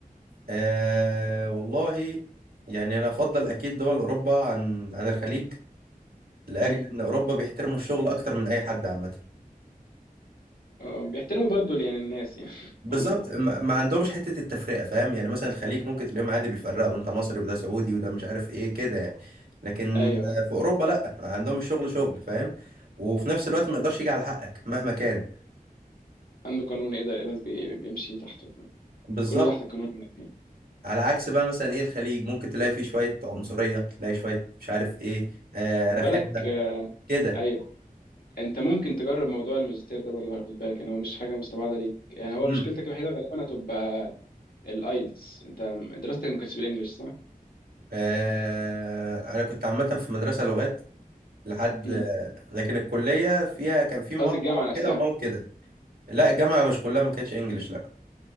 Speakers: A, on the right; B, on the left.
A: أه والله يعني انا افضل اكيد دول اوروبا عن عن الخليج لاجل
B: مم.
A: ان اوروبا بيحترموا الشغل اكتر من اي حد عامة
B: آه، بيحترموا برضو يعني الناس يعني <laughs>
A: بالظبط
B: عموما.
A: ما ما عندهمش حتة التفرقة فاهم يعني مثلا الخليج ممكن تلاقيهم عادي بيفرقوا انت مصري وده سعودي وده مش عارف ايه كده يعني لكن
B: ايوه
A: في اوروبا لا عندهم الشغل شغل فاهم وفي نفس الوقت ما يقدرش يجي على حقك مهما كان
B: عنده قانون ايه ده القلاص بي- بيمشي تحته فاهم
A: بالظبط
B: كله تحت القانون مم. هناك يعني
A: على عكس بقى مثلا ايه الخليج ممكن تلاقي فيه شوية عنصرية تلاقي شوية مش عارف ايه آه
B: خد
A: رخامة
B: بالك آه،
A: كده
B: ايوه انت ممكن تجرب موضوع الماجستير ده برضه خد بالك يعني هو مش حاجه مستبعده ليك يعني هو
A: مم.
B: مشكلتك الوحيده غالبا هتبقى الايلتس انت دراستك ما كانتش بالانجلش صح؟
A: آه انا كنت عامة في مدرسة لغات لحد
B: امم
A: آه، لكن الكلية فيها كان في مواد
B: قصدي
A: طبعا
B: الجامعه نفسها
A: كده ومواد كده لا الجامعة مش كلها ما كانتش انجلش لا